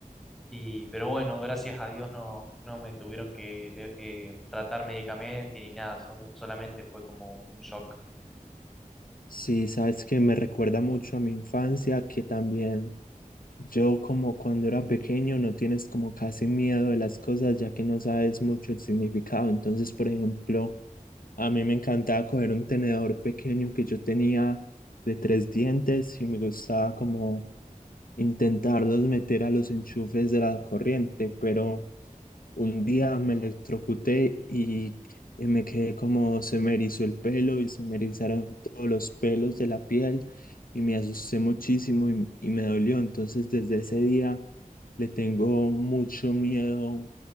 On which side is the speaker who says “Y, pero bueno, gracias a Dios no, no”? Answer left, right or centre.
Centre